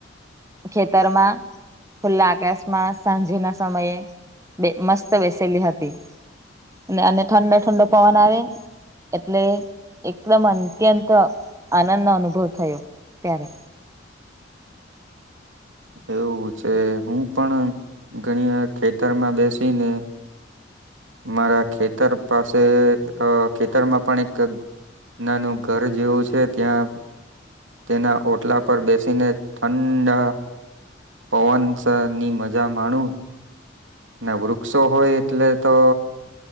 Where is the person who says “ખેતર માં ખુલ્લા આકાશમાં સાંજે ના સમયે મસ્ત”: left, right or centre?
Right